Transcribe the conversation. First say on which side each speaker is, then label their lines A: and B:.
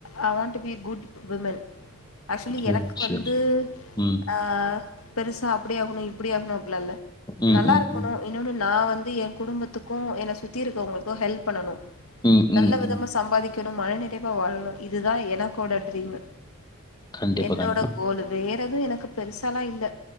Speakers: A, on the left; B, on the left.
A: அ want to be good woman actually எனக்கு
B: ஓ! ஷூர்,
A: வந்து
B: ஷூர். ம்.
A: ஆ பெருசா அப்டி ஆகணு இப்டி ஆகணு இல்லல்ல
B: ம்,
A: நல்லா
B: ம்,
A: இருக்கணு
B: ம்.
A: இன்னொன்னு நா வந்து எ குடும்பத்துக்கு என்ன சுத்தி இருக்கவங்களுக்கு ஹெல்ப் பண்ணனு
B: ம்,
A: நல்ல
B: ம்,
A: விதமா
B: ம்.
A: சம்பாதிக்கணு மன நிறைவா வாழணு இதுதா எனக்கோட ட்ரீமு
B: கண்டிப்பா,
A: என்னோட
B: கண்டிப்பா.
A: கோல் வேற எதுவு எனக்கு பெருசாலா இல்ல